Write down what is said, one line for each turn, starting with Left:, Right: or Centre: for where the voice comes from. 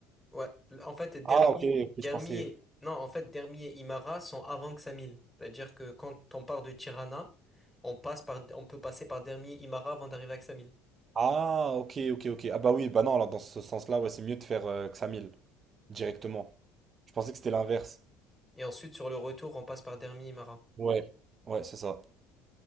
Centre: Ouais. En fait, Dermi,
Right: Ah, ok, ok,
Centre: Dermi,
Right: je pensais.
Centre: et- non, en fait, Dermi et Imara sont avant Ksamil. C'est-à-dire que quand on part de Tirana, on passe par, on peut passer par Dermi et Imara avant d'arriver à Ksamil.
Right: Ah, ok, ok, ok. Ah bah oui, bah non, alors dans ce sens-là, ouais, c'est mieux de faire euh, Xamil directement. Je pensais que c'était l'inverse.
Centre: Et ensuite, sur le retour, on passe par Dermi et Imara.
Right: Ouais. Ouais, c'est ça.